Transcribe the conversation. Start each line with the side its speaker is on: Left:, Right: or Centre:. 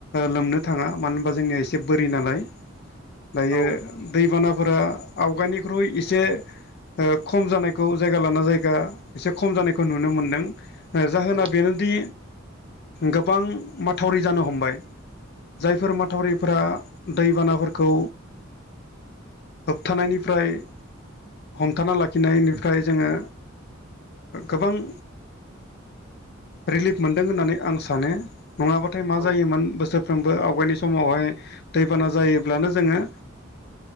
Left: लोमनो थाङा मानो होनबा जोंनिया एसे बोरि नालाय दायो
Right: औ
Left: दैबानाफोरा आवगायनिख्रुइ एसे खम जानायखौ जायगा लाना जायगा एसे खम जानायखौ नुनो मोनदों जाहोना
Right: औ
Left: बेनोदि गोबां माथावरि जानो हमबाय जायफोर माथावरिफोरा दैबानाफोरखौ होबथानायनिफ्राय हमथाना लाखिनायनिफ्राय जोङो गोबां रिलिफ मोनदों होननानै आं सानो नङाबाथाय मा
Right: औ
Left: जायोमोन बोसोर साफ्रोमबो आवगायनि समावहाय दैबाना जायोब्लानो जोङो